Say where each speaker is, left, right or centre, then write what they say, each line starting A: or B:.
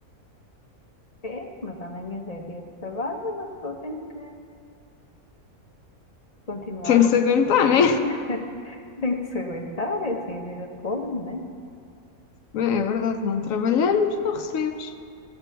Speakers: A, on the left; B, on the left.
A: é, mas amanhã já é dia de trabalho, uma pessoa tem que continuar
B: Tem que se aguentar,
A: a vida,
B: né?
A: <laughs> tem que se aguentar, é assim a vida de pobre, né?
B: Bem, É verdade, não trabalhamos, não recebemos.